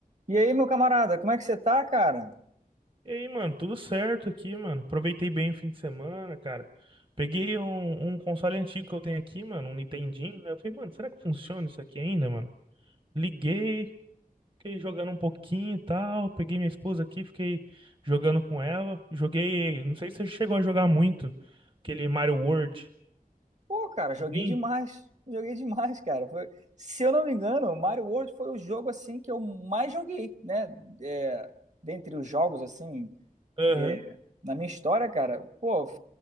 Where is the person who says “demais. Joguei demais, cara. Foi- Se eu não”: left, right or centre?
Right